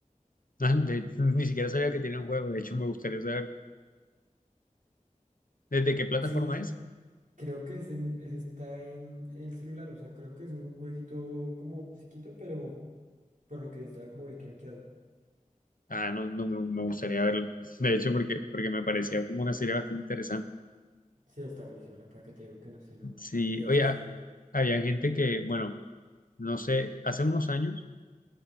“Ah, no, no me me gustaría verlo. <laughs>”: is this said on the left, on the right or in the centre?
Left